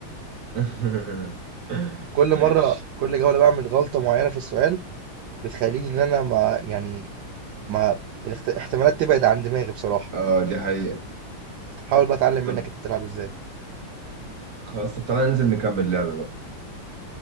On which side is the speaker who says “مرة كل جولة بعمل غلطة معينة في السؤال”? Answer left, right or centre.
Right